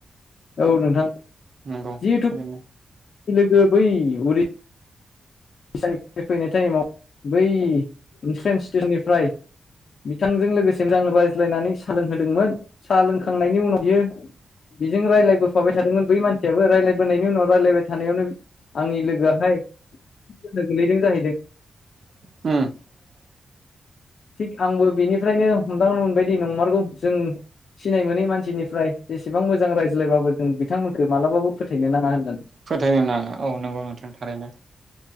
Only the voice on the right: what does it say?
नंगौ
थारैनो
<inaudible>
फोथायनो ना औ नंगौ नोंथां थारैनो